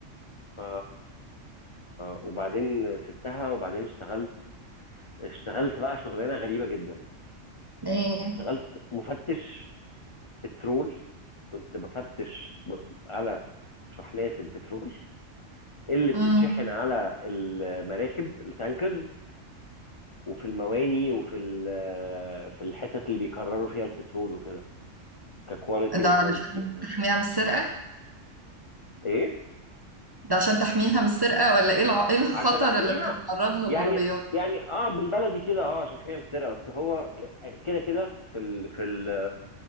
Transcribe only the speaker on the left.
ف وبعدين سبتها وبعدين اشتغلت اشتغلت بقى شغلانه غريبه جدا
اشتغلت مفتش بترول كنت بفتش ب- على شحنات البترول اللي بتتشحن
على المراكب التانكرز وفي المواني وفي ال- في الحتت اللي بيكرروا فيها البترول وكده ككواليتي
وكوانتيتي
وحاجات
كده
ايه
عشان احميها
يعني
يعني اه بالبلدي كده اه عشان احميها من السرقه بس هو ك- كده كده في ال في ال